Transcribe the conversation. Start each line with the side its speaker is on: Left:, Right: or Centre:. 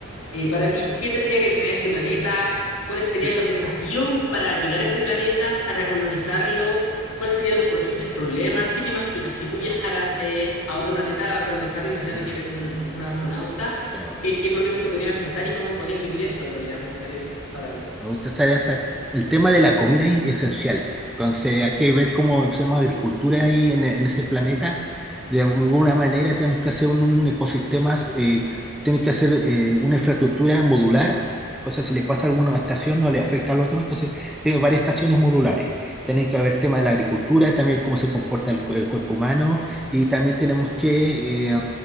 Left: eh, para ti, ¿qué tendría que tener este planeta? ¿Cuáles serían
Centre: sí,
Left: los desafíos para llegar a ese planeta, para colonizarlo? ¿Cuáles serían los posibles problemas? ¿Qué te imaginas? Si tú viajaras eh, a otro planeta a colonizarlo, imagínate
Centre: ah,
Left: que eres un, un astronauta,
Centre: encontrado.
Left: ¿qué, qué problemas te podrías enfrentar y cómo podrías vivir eso en realidad? Me gustaría saberlo.
Centre: Me gusta esa- esa- el tema de la comida es esencial. Entonces hay que ver cómo hacemos agricultura ahí en, en ese planeta. De alguna manera tenemos que hacer un, un ecosistema, eh, tiene que hacer eh, una infraestructura modular. Cosas, si le pasa a alguna estación no le afecta al otro. Entonces, tiene varias estaciones modulares. Tiene que haber tema de la agricultura, también cómo se comporta el, cu- el cuerpo humano. Y también tenemos que eh,